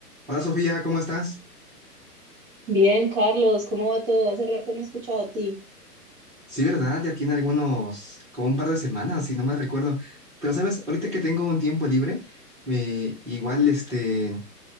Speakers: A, in the centre; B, on the right.
A: Hola Sofía, ¿cómo estás?
B: Bien, Carlos, ¿cómo va todo? Hace rato no he escuchado a ti.
A: Sí, ¿verdad? Ya tiene algunos, como un par de semanas, si no me recuerdo. Pero sabes, ahorita que tengo un tiempo libre, me- igual este,